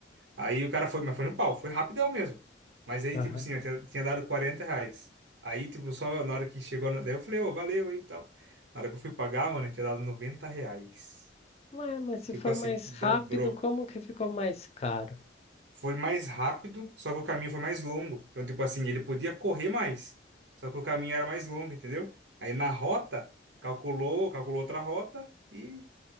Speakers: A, on the right (about 75°); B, on the left (about 35°).
A: Aí o cara foi, mas foi no pau, foi rapidão mesmo. Mas aí,
B: aham.
A: tipo assim, eu tinha tinha dado 40 reais. Aí, tipo, só na hora que chegou, no... daí eu falei, ô, valeu aí e tal. Na hora que eu fui pagar, mano, eu tinha dado noventa reais.
B: Ué, mas se
A: Tipo
B: foi
A: assim,
B: mais
A: dobrou.
B: rápido, como que ficou mais caro?
A: Foi mais rápido, só que o caminho foi mais longo. Então, tipo assim, ele podia correr mais, só que o caminho era mais longo, entendeu? Aí na rota, calculou, calculou outra rota e,